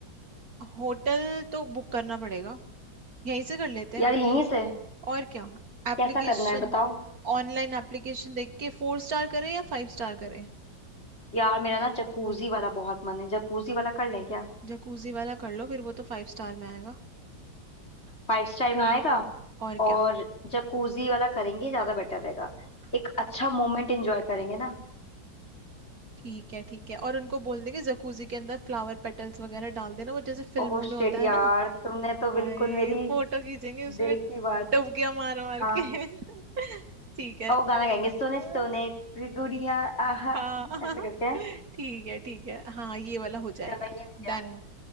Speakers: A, on the right; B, on the left.
A: होटल तो बुक करना पड़ेगा यहीं से कर लेते हैं
B: यार यहीं से
A: और क्या एप्लीकेशन
B: कैसा करना है बताओ
A: ऑनलाइन एप्लीकेशन देख के फोर स्टार करें या फाइव स्टार करें
B: यार मेरा ना जकूजी वाला बहुत मन है जकूजी वाला कर लें क्या
A: जकूजी वाला कर लो फिर वो तो फाइव स्टार में आएगा
B: फाइव स्टार में आएगा
A: और
B: और
A: क्या
B: जकूजी वाला करेंगे ज्यादा बेटर रहेगा
A: हाँ
B: एक अच्छा मोमेंट एंजॉय करेंगे ना
A: ठीक है ठीक है और उनको बोल देंगे जकूजी के अंदर फ्लावर पेटल्स वगैरह डाल देना वो जैसे फिल्मों
B: ओ शिट
A: में होता
B: यार
A: है ना
B: तुमने तो बिल्कुल
A: आए
B: मेरी
A: फोटो खींचेंगे उसमें
B: दिल की बात
A: डुबकियां मार मार
B: हाँ
A: के <laughs> ठीक है
B: और वो गाना गाएंगे
A: हाँ,
B: सोने सोने की गुड़िया आहा
A: हाँ <laughs> हाँ,
B: ऐसे करके है।
A: ठीक है ठीक है हाँ ये वाला हो जाएगा
B: चलो ये हो गया
A: डन